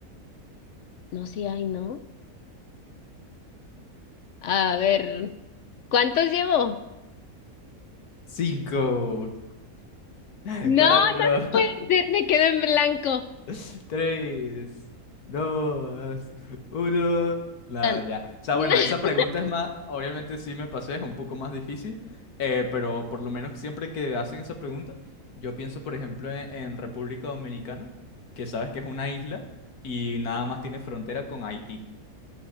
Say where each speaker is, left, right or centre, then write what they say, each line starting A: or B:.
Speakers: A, on the left; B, on the left.
A: no, sí hay, ¿no? A ver, ¿cuántos llevo?
B: Cinco, <laughs>
A: No,
B: cuatro,
A: no te puedes decir, me quedo en blanco.
B: <laughs> Tres, dos, uno. Nada,
A: Están-
B: ya. O sea,
A: <laughs>
B: bueno, esa pregunta es más, obviamente sí me pasé, es un poco más difícil, eh, pero por lo menos siempre que hacen esa pregunta, yo pienso, por ejemplo, en, en República Dominicana, que sabes que es una isla y nada más tiene frontera con Haití.